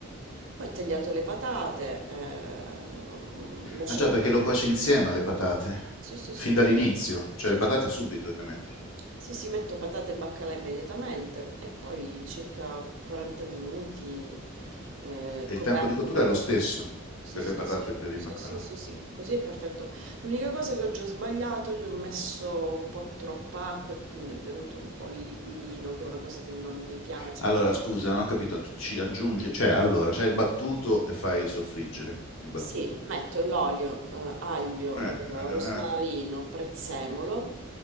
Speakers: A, on the right (about 65°); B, on the left (about 75°).
A: poi ho tagliato le patate, eh, ho lasciato...
B: ah già, perché lo cuoci insieme alle patate,
A: Sì, sì,
B: fin
A: sì.
B: dall'inizio, cioè
A: Sì,
B: le patate
A: sì, sì.
B: subito le metti.
A: Sì, sì, metto patate e baccalà immediatamente e poi circa 40 minuti eh,
B: E
A: coperto.
B: il tempo di cottura è lo stesso
A: Sì,
B: per
A: sì,
B: le patate
A: sì,
B: e per il
A: sì,
B: baccalà.
A: sì, sì, sì, così è perfetto. L'unica cosa che oggi ho sbagliato, gli ho messo un po' troppa acqua e quindi è venuto un po' il liquidino, che è una cosa che non mi piace.
B: Allora, scusa, non ho capito, tu ci aggiungi... Cioè, allora, c'è il battuto e fai soffriggere il battuto.
A: Sì, metto l'olio, eh, aglio,
B: Eh,
A: eh,
B: eh, eh,
A: rosmarino, prezzemolo,